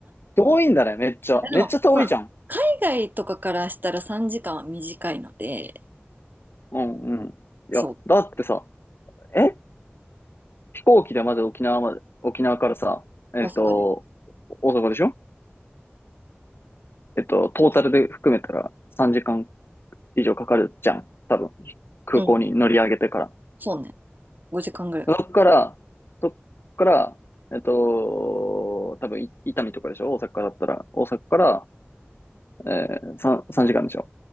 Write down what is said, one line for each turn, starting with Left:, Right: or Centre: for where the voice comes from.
Left: 遠いんだね、めっちゃ。めっちゃ遠いじゃん。
Right: でも、ほら、海外とかからしたら3時間は短いので、
Left: うんうん。いや、
Right: そう、
Left: だってさ、え飛行機でまず沖縄まで、沖縄からさ、えっと、
Right: 大阪で。
Left: 大阪でしょえっと、トータルで含めたら3時間以上かかるじゃん。多分、空港に乗り上げてから。
Right: うん、そうね。5時間ぐらいか。
Left: そっから、そっから、えっと、多分、い伊丹とかでしょ大阪だったら。大阪から、えー、3、三時間でしょ